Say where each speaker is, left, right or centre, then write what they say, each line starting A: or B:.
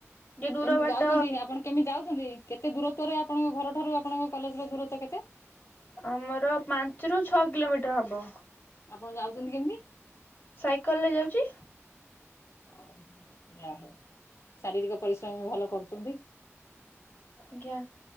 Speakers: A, on the left (about 35°); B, on the left (about 65°).
A: ଟିକେ ଦୂର
B: କେମିତି
A: ବାଟ
B: ଯାଉଛନ୍ତି ଆପଣ କେମିତି ଯାଉଛନ୍ତି କେତେ ଦୂରତଵ ରେ ଆପଣଙ୍କ ଘର ଠାରୁ ଆପଣଙ୍କ କଲେଜ ର ଦୂରତଵ କେତେ
A: ଆମର ପାଞ୍ଚରୁ ଛଅ କିଲୋମିଟର ହବ
B: ଆପଣ ଯାଉଛନ୍ତି କେମିତି
A: ସାଇକେଲ ରେ ଯାଉଛି
B: ଓହୋ ଯାହା ହଉ ଶାରୀରିକ ପରିଶ୍ରମ ବି ଭଲ କରୁଛନ୍ତି
A: ଆଜ୍ଞା